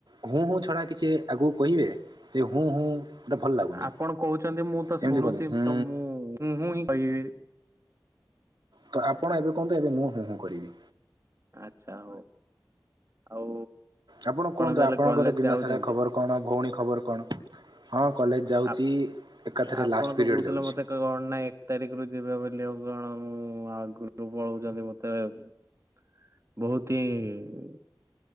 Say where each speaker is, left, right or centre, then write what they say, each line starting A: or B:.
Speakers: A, on the right (about 65°); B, on the right (about 40°).
A: ହୁଁ ହୁଁ ଛଡା କିଛି ଆଗକୁ କହିବେ ଏ ହୁଁ ହୁଁ। ଏଟା ଭଲ ଲାଗୁନି
B: ଆପଣ କହୁଚନ୍ତି ମୁଁ ତ
A: ଏମିତି
B: ଶୁଣୁଚି
A: କୁହନ୍ତି ହୁଁ
B: ତ ମୁଁ ହୁଁ ହୁଁ ହିଁ କହିବି।
A: ତ ଆପଣ ଏବେ କୁହନ୍ତୁ ଏବେ ମୁଁ ହୁଁ ହୁଁ କରିବି।
B: ଆଚ୍ଛା ହୋଉ ଆଉ।
A: ଆପଣ କୁହନ୍ତୁ
B: ତାହେଲେ
A: ଆପଣଙ୍କର
B: କଲେଜ
A: ଦିନସାରା
B: ଯାଉଛନ୍ତି।
A: ଖବର କଣ ଭୋଉଣୀ ଖବର କଣ? ହଁ। କଲେଜ ଯାଉଛି
B: ଆଉ
A: ଏକାଥରେ
B: ଆ ଆପଣ
A: ଲାଷ୍ଟ
B: ତ
A: ପିରିୟଡ଼
B: କହୁଥିଲେ
A: ଯାଉଛି।
B: ମତେ କଣ ନା ଏକ ତାରିଖରୁୁ ଯିବେ ବୋଲି ଆଉ କଣ ମୁଁ ଆଉ ଗପ ପଳାଉଛନ୍ତି ହଉଛନ୍ତି ମତେ। ବହୁତ ହିଃ।